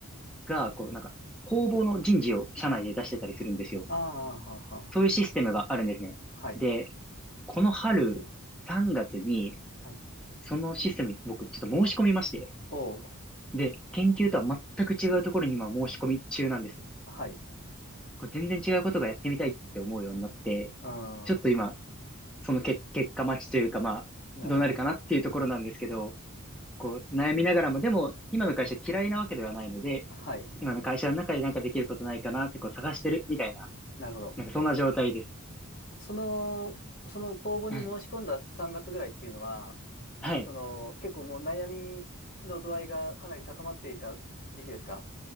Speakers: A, in the centre; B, on the left.
A: が、こう、なんか、公募の人事を社内で出してたりするんですよ。
B: ああ、はあ、は
A: そういうシステムがあるんですね。
B: あ。はい。
A: で、この春、3月に、
B: はい。
A: そのシステムに僕ちょっと申し込みまして、
B: おう。
A: で、研究とは全く違うところに今申し込み中なんです。
B: はい。
A: これ全然違うことがやってみたいって思うようになって、
B: うん。
A: ちょっと今、その結結果待ちというか、まあ、
B: なるほど。
A: どうなるかなっていうところなんですけど、こう、悩みながらも、でも、今の会社嫌いなわけではないので、
B: はい。
A: 今の会社の中でなんかできることないかなってこう探してるみたいな、
B: なるほど。
A: なんかそんな状態です。
B: その、その公募に申し込んだ3月ぐらいっていうのは、
A: はい。はい。
B: その、結構もう悩みの度合いがかなり高まっていた時期ですか